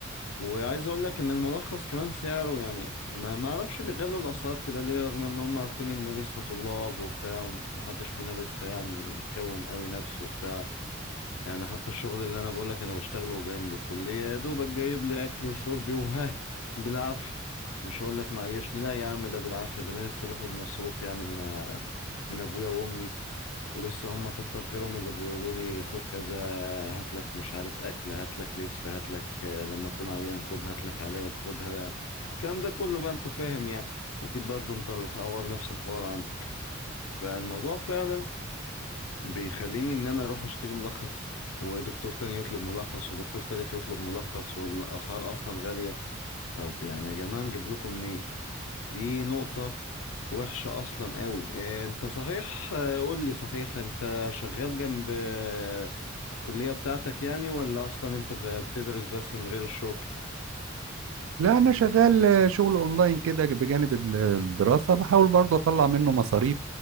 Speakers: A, on the left (about 80°); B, on the right (about 70°).
A: وعايز اقول لك ان الملخص كمان سعره يعني ما ما اعرفش بيغلوا الاسعار كده ليه رغم ان هم عارفين ان لسه طلاب وبتاع ومحدش فينا لسه يعني مكون قوي نفسه وبتاع يعني حتى الشغل اللي انا بقول لك انا بشتغله جنب الكليه يا دوبك جايب لي اكلي وشربي وها بالعافيه مش هقول لك معيشني لا يا عم ده بالعافيه ده انا لسه باخد مصروف يعني من من ابويا وامي ولسه هم كتر خيرهم اللي بيقولوا لي خد كذا هات لك مش عارف اكل هات لك لبس هات لك لما اكون عيان خد هات لك علاج خد هات الكلام ده كله بقى انت فاهم يعني اكيد برضه انت الحوار نفس الحوار عندك فالموضوع فعلا بيخليني ان انا اروح اشتري ملخص ودكتور تاني يطلب ملخص ودكتور تالت يطلب ملخص والاسعار اصلا غالية طب يعني يا جماعة نجيب لكم منين دي نقطة وحشة اصلا قوي آه، انت صحيح آه، قول لي صحيح انت شغال جنب آه، الكلية بتاعتك يعني ولا اصلا انت ب- بتدرس بس من غير الشغل
B: لا انا شغال آه، شغل اونلاين كده بجانب ال- الدراسه بحاول برضه اطلع منه مصاريف